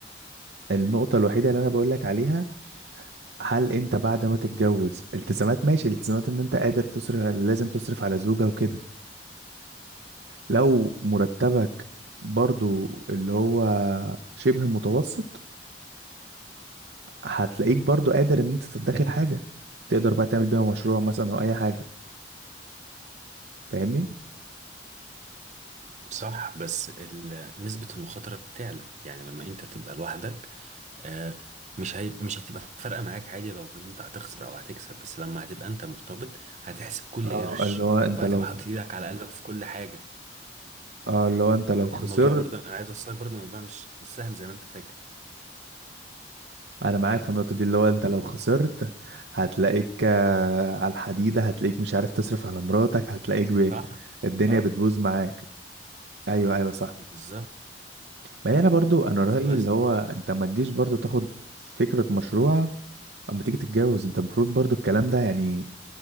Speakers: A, on the right (about 85°); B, on the right (about 40°).
A: النقطة الوحيدة اللي انا بقول لك عليها هل انت بعد ما تتجوز التزامات ماشي الالتزامات ان انت قادر تصرف لازم تصرف على زوجة وكده لو مرتبك برضو اللي هو شبه متوسط هتلاقيك برضو قادر ان انت تدخر حاجة تقدر بقى تعمل بيها مشروع مثلا او اي حاجة فاهمني
B: صح بس ال- نسبة المخاطرة بتعلى يعني لما انت تبقى لوحدك آه، مش هي... مش هتبقى فارقة معاك عادي لو ان انت هتخسر او هتكسب بس لما هتبقى انت مرتبط هتحسب كل
A: اه
B: قرش
A: اللي هو انت
B: وهتبقى
A: لو
B: حاطط ايدك على قلبك في كل حاجة
A: اه اللي هو انت
B: يعني
A: لو خسرت
B: الموضوع برضه انا عايز اوصلك برضه الموضوع مش مش سهل زي ما انت فاكر
A: انا معاك في النقطة دي اللي هو انت لو خسرت هتلاقيك آه، على الحديدة هتلاقيك مش عارف تصرف على مراتك هتلاقيك ب...
B: صح
A: الدنيا
B: اه
A: بتبوظ معاك ايوه ايوه صح
B: بالظبط
A: ما هي انا برضو انا رايي
B: فبس
A: اللي هو انت ما تجيش برضو تاخد فكره مشروع اما تيجي تتجوز انت المفروض برضو الكلام ده يعني